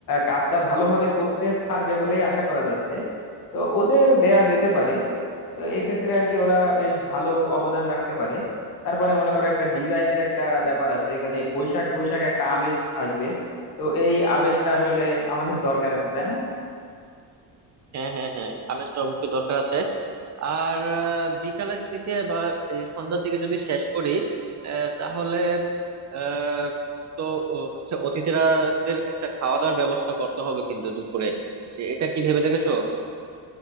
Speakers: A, on the left (about 60°); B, on the right (about 45°).
A: কাজটা ভালোভাবে করতে পারবে বলেই আশা করা যাচ্ছে তো ওদের দেয়া যেতে পারে তো এক্ষেত্রে আর কি ওরা বেশ ভালো অবদান রাখতে পারে তারপরে মনে করো একটা ডিজাইনের একটা ব্যাপার আছে এখানে বৈশাখ বৈশাখ একটা আমেজ আসবে তো এই আবেশটা আসলে আমাদের দরকার আছে তাই না
B: হ্যাঁ হ্যাঁ হ্যাঁ আমেজটা অবশ্যই দরকার আছে আর আহ, বিকালের দিকে বা এই সন্ধ্যার দিকে যদি শেষ করি আহ, তাহলে আহ, তো ও হচ্ছে অতিথিরাদের একটা খাওয়া দাওয়ার ব্যবস্থা করতে হবে কিন্তু দুপুরে এ- এটা কি ভেবে দেখেছো